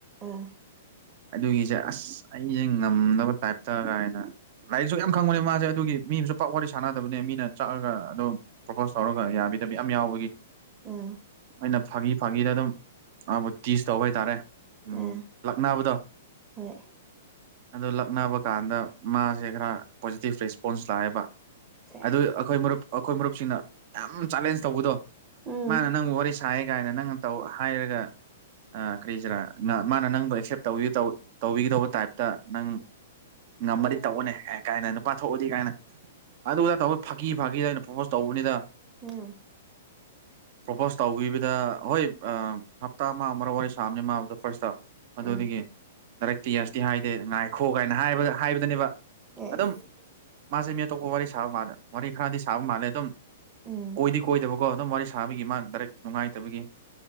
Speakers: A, on the right; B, on the right.
A: ꯑꯥ
B: ꯑꯗꯨꯒꯤꯁꯦ ꯑꯁ ꯑꯩꯁꯦ ꯉꯝꯗꯕ ꯇꯥꯏꯞꯇ ꯀꯥꯏꯅ ꯂꯥꯏꯔꯤꯛꯁꯨ ꯌꯥꯝ ꯈꯪꯕꯅꯦ ꯃꯥꯁꯦ ꯑꯗꯨꯒꯤ ꯃꯤ ꯑꯃꯁꯨ ꯄꯥꯛ ꯋꯥꯔꯤ ꯁꯥꯟꯅꯗꯕꯅꯦ ꯃꯤꯅ ꯆꯥꯛꯑꯒ ꯑꯝ ꯄ꯭ꯔꯣꯄꯣꯁ ꯇꯧꯔꯒ ꯌꯥꯕꯤꯗꯕꯤ ꯌꯥꯝ ꯌꯥꯎꯕꯒꯤ
A: ꯑꯥ
B: ꯩꯅ ꯐꯥꯒꯤ ꯐꯥꯒꯤꯗ ꯑꯗꯨꯝ ꯑ ꯇꯤꯁ ꯇꯧꯕ ꯍꯥꯏꯇꯥꯔꯦ ꯎ
A: ꯑꯥ
B: ꯂꯛꯅꯕꯗꯣ
A: ꯍꯣꯏ
B: ꯑꯗꯣ ꯂꯛꯅꯕ ꯀꯥꯟꯗ ꯃꯥꯁꯦ ꯈꯔ ꯄꯣꯖꯤꯇꯤꯕ ꯔꯦꯁꯄꯣꯟꯁ ꯂꯥꯛꯑꯦꯕ
A: ꯁꯦꯁ
B: ꯑꯗꯨ ꯑꯩꯈꯣꯏ ꯃꯔꯨꯞ ꯑꯩꯈꯣꯏ ꯃꯔꯨꯞꯁꯤꯡꯅ ꯌꯥꯝ ꯆꯥꯂꯦꯟꯖ ꯇꯧꯕꯗꯣ
A: ꯎꯝ
B: ꯃꯥ ꯅꯪ ꯋꯥꯔꯤꯁ ꯁꯥꯏ ꯀꯥꯏꯅ ꯅꯪꯅ ꯇꯧ ꯍꯥꯏꯔꯒ ꯀꯔꯤꯁꯤꯔꯥ ꯃꯥꯅ ꯅꯪꯗꯣ ꯑꯦꯛꯁꯦꯞ ꯇꯧꯒ ꯇꯧ ꯇꯧꯕꯤꯒꯗꯧꯕ ꯇꯥꯏꯞꯇ ꯅꯪ ꯉꯝꯃꯗꯤ
A: ꯎꯝ
B: ꯇꯧꯑꯣꯅꯦ ꯀꯥꯏꯅ ꯅꯨꯄꯥ ꯊꯣꯛꯑꯗꯤ ꯀꯥꯏꯅ ꯑꯗꯨ ꯇꯧ ꯐꯥꯀꯤ ꯐꯥꯈꯤꯗ ꯑꯩꯅ ꯄ꯭ꯔꯣꯄꯣꯁ ꯇꯧꯕꯅꯤꯗ
A: ꯎꯝ
B: ꯄꯣꯁ ꯇꯧꯕꯤꯕꯗ ꯍꯣꯏ ꯍꯞꯇꯥ ꯑꯃ ꯑꯃ ꯋꯥꯔꯤ ꯁꯥꯕꯅꯦ ꯃꯥꯕꯗꯣ ꯐꯥꯔꯁꯇ ꯑꯗꯨꯗꯒꯤ
A: ꯎꯝ
B: ꯂꯥꯏꯔꯤꯛꯇꯤ ꯑꯦꯁꯇꯤ ꯍꯥꯏꯗꯦ ꯉꯥꯏꯈꯣ ꯀꯥꯏꯅ ꯍꯥꯏꯕ ꯍꯥꯏꯕꯗꯨꯅꯦꯕ
A: ꯑꯦꯁ
B: ꯑꯗꯨꯝ ꯃꯥꯁꯦ ꯃꯤꯇꯣꯞꯄ ꯋꯥꯔꯤ ꯁꯥꯕ ꯃꯥꯜꯂꯦ ꯋꯥꯔꯤ ꯈꯔꯗꯤ ꯁꯥꯕ ꯃꯥꯜꯂꯦ ꯑꯗꯨꯝ
A: ꯎꯝ
B: ꯀꯣꯏꯗꯤ ꯀꯣꯏꯗꯕꯀꯣ ꯑꯗꯨꯝ ꯋꯥꯔꯤ ꯁꯥꯕꯒꯤ ꯃꯥ ꯗꯥꯏꯔꯦꯛ ꯅꯨꯡꯉꯥꯏꯇꯕꯒꯤ